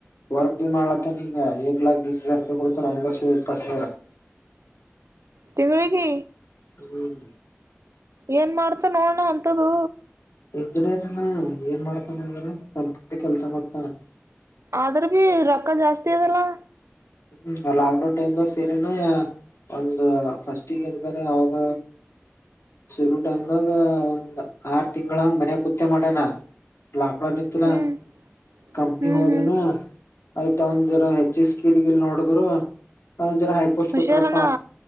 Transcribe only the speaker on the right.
ತಿಂಗಳಿಗೆ
ಏನ್ ಮಾಡ್ತ ಅವನ್ನ ಅಂತದು
ಆದ್ರ ಬಿ ರೊಕ್ಕ ಜಾಸ್ತಿ ಅದಲ್ಲಾ
ಹ್ಮ್
ಹ್ಮ್
ಹ್ಮ್
ಹುಷಾರನಾ